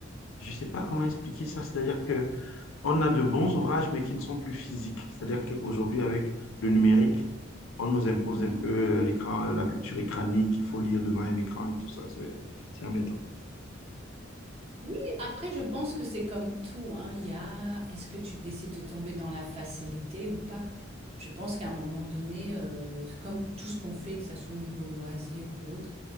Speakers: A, on the left; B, on the right.
A: je ne sais pas comment expliquer ça, c'est-à-dire que on a de bons ouvrages, mais qui ne sont plus physiques. C'est-à-dire qu'aujourd'hui, avec le numérique, on nous impose
B: Hum,
A: un
B: hum.
A: peu euh, l'écran, euh, la culture écranique, il faut lire devant un écran et tout ça, c'est, c'est embêtant.
B: Oui, après, je pense que c'est comme tout, hein. Il y a, est-ce que tu décides de tomber dans la facilité ou pas? Je pense qu'à un moment donné, euh, comme tout ce qu'on fait, que ça soit au niveau loisir ou autre,